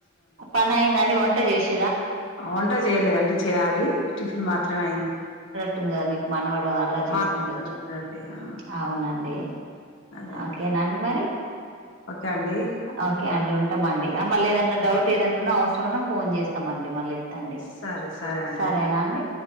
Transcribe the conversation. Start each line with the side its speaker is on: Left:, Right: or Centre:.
Right: పని అయిందండి వంట చేసి
Left: అ వంటా చేయలేదండి చేయ్యాలి టిఫిన్ మాత్రమే అయింది
Right: టుంది కదా మీకు మనవాడ అల్లరి చేస్తుండొచ్చు
Left: ఆ అండి ఆ
Right: అవునండి
Left: అదే అండి
Right: ఓకేనాండి మరి
Left: ఓకే అండి
Right: ఓకే
Left: బాయ్
Right: అండి ఉంటామ అండి మళ్ళీ ఏదన్నా డౌట్
Left: బాయ్
Right: ఏదన్నా అవసరం ఉన్నా ఫోన్ చేస్తామండి మల్లి తాండి
Left: సరే సరే అండి
Right: సరేనా అండి